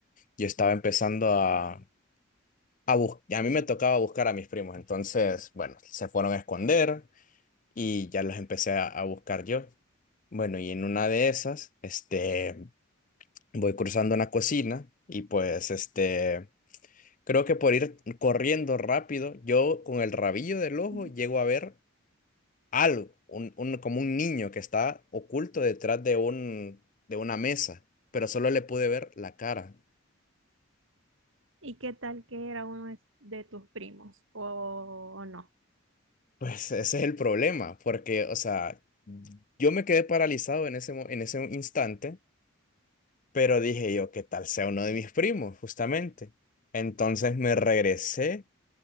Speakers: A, on the left; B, on the right.
A: yo estaba empezando a a bus- a mí me tocaba buscar a mis primos, entonces, bueno, se fueron a esconder, y ya las empecé a, a buscar yo. Bueno, y en una de esas, este, voy cruzando una cocina y pues, este, creo que por ir corriendo rápido, yo con el rabillo del ojo
B: Mm.
A: llego a ver algo, un, un- como un niño que está oculto detrás de un, de una mesa, pero solo le pude ver la cara.
B: ¿Y qué tal que era uno de, de tus primos o, o no?
A: Pues ese es el problema, porque, o sea, yo me quedé paralizado en ese, mo- en ese instante Pero dije yo, ¿qué tal sea uno de mis primos, justamente? Entonces me regresé